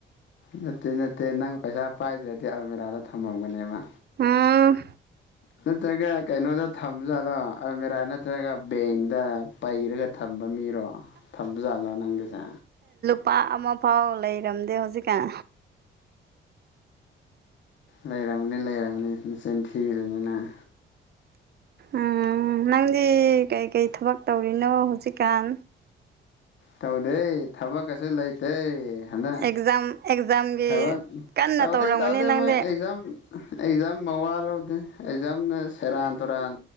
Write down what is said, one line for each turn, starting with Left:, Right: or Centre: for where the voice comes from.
Left: ꯅꯠꯇꯦ ꯅꯠꯇꯦ ꯅꯪ ꯄꯩꯁꯥ ꯄꯥꯏꯗ꯭ꯔꯗꯤ ꯑꯜꯃꯦꯔꯥꯗ ꯊꯝꯃꯝꯒꯅꯦꯕ
Right: ꯍꯥꯎ
Left: ꯅꯠꯇ꯭ꯔꯒ ꯀꯩꯅꯣꯗ ꯊꯝꯖꯥꯠꯂꯣ ꯑꯜꯃꯤꯔꯥ ꯅꯠꯇ꯭ꯔꯒ ꯕꯦꯡꯗ ꯄꯩꯔꯒ ꯊꯝꯕ ꯃꯤꯔꯣ ꯊꯝꯕꯖꯥꯠꯂꯥ ꯅꯪꯒꯤꯁꯦ
Right: ꯂꯨꯄꯥ ꯑꯃ ꯐꯥꯎ ꯂꯩꯔꯝꯗꯦ ꯍꯧꯖꯤꯛꯀꯥꯟ
Left: ꯂꯩꯔꯝꯒꯅꯤ ꯂꯩꯔꯝꯒꯅꯤ ꯅꯆꯤꯟꯊꯤꯒꯅꯨ ꯅꯪ
Right: ꯎꯝ ꯅꯪꯗꯤ ꯀꯩꯀꯩ ꯊꯕꯛ ꯇꯧꯔꯤꯅꯣ ꯍꯧꯖꯤꯛꯀꯥꯟ
Left: ꯇꯧꯗꯦ ꯊꯕꯛ ꯀꯁꯨ ꯂꯩꯇꯦ ꯍꯗꯛ
Right: ꯑꯦꯛꯖꯥꯝ ꯑꯦꯛꯖꯥꯝꯒꯤ
Left: ꯊꯕꯛ
Right: ꯀꯟꯅ
Left: ꯇꯧꯗꯦ
Right: ꯇꯧꯔꯝꯒꯅꯤ
Left: ꯇꯧꯗꯦ
Right: ꯅꯪꯗꯤ
Left: ꯃꯣꯏ ꯑꯦꯖꯝ ꯑꯩꯖꯥꯝ ꯃꯋꯥ ꯂꯧꯗꯦ ꯑꯦꯖꯝꯅ ꯁꯦꯔꯥꯟ ꯇꯨꯔꯥꯟ